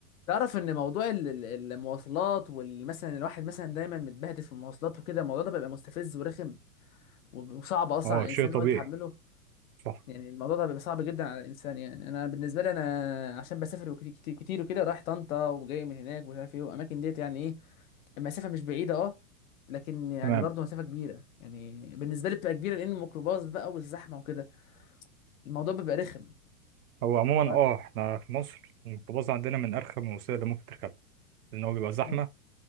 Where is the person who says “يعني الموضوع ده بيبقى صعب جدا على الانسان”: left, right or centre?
Left